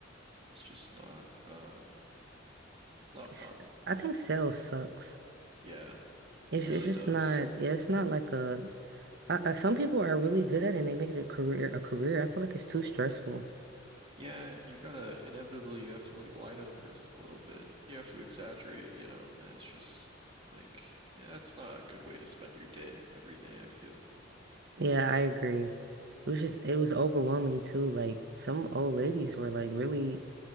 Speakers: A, on the right (about 30°); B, on the right (about 60°).
A: It's just not um it's not
B: S
A: fun.
B: I I think sales sucks.
A: Yeah,
B: It's
A: it really
B: it's just
A: does.
B: not. Yeah, it's not like a. I, I, some people are really good at it and they make it a career. A career. I feel like it's too stressful.
A: Yeah, and you gotta inevitably you have to like lie to the person a little bit. You have to exaggerate, you know, and it's just like yeah, that's not a good way to spend your day every day, I feel.
B: Yeah, I agree. It was just it was overwhelming too. Like some old ladies were like really,